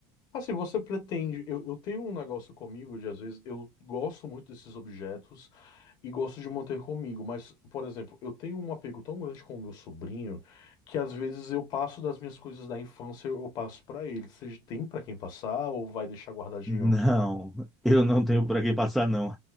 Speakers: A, on the left; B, in the centre.
A: Assim, você pretende. Eu, eu tenho um negócio comigo de, às vezes, eu gosto muito desses objetos e gosto de manter comigo, mas, por exemplo, eu tenho um apego tão grande com o meu sobrinho que, às vezes, eu passo das minhas coisas da infância, eu eu passo pra ele. Seja, tem pra quem passar ou vai deixar guardadinho?
B: Não, eu não tenho para quem passar, não.